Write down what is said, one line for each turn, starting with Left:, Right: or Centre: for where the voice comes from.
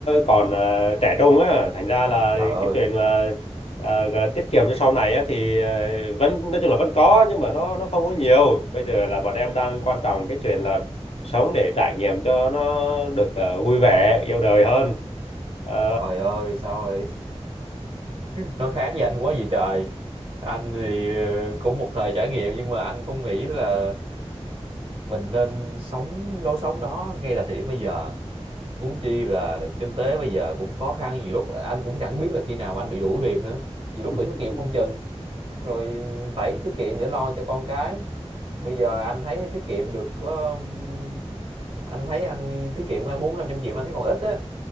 Left: còn à, trẻ trung á thành ra là
Right: trời ơi
Left: cái chuyện mà à, gọi là tiết kiệm cho sau này á thì à, vẫn nói chung là vẫn có nhưng mà nó nó không có nhiều bây giờ là bọn em đang quan trọng cái chuyện là sống để trải nghiệm cho nó được à, vui vẻ yêu đời hơn Ờ,
Right: trời ơi sao rồi nó khác với anh quá gì trời anh thì ờ, cũng một thời trải nghiệm nhưng mà anh không nghĩ là mình nên sống lối sống đó ngay là thời điểm bây giờ huống chi là kinh tế bây giờ cũng khó khăn nhiều lúc anh cũng chẳng biết là khi nào anh bị đuổi việc nữa nhiều lúc bị
Left: <laughs>
Right: thất nghiệp không chừng rồi phải tiết kiệm để lo cho con cái bây giờ anh thấy tiết kiệm được có ừm, anh thấy anh tiết kiệm bốn năm trăm triệu mà anh thấy còn ít á